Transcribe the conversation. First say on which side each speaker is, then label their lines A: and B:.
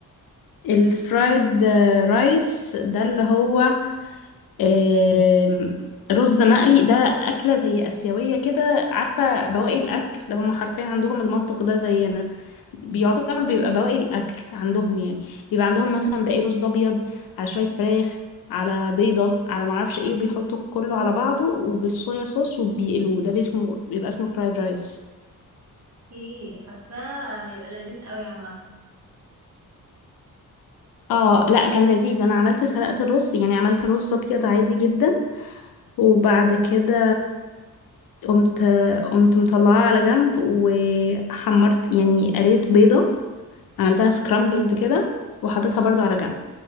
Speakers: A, on the left (about 80°); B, on the right (about 45°).
A: الفرايد آه، رايس ده اللي هو آم، رز مقلي ده أكلة زي آسيوية كده عارفة بواقي الأكل هم حرفيا عندهم المنطق ده زينا بيعتبر بيبقى بواقي الأكل عندهم يعني بيبقى عندهم مثلا باقي رز أبيض على شوية فراخ على بيضة على معرفش ايه وبيحطوا كله على بعضه وبالصويا صوص وبيقلوه ده بيسمه بيبقى اسمه فرايد رايس
B: ايه حاساه هيبقى لذيذ قوي عامه
A: اه لا كان لذيذ انا عملت سلقة الرز يعني عملت رز ابيض عادي جدا وبعد كده قمت قمت مطلعاها على جنب وحمرت يعني قريت بيضة عملتها سكرامبلد كده وحطيتها
B: مم.
A: برضو على جنب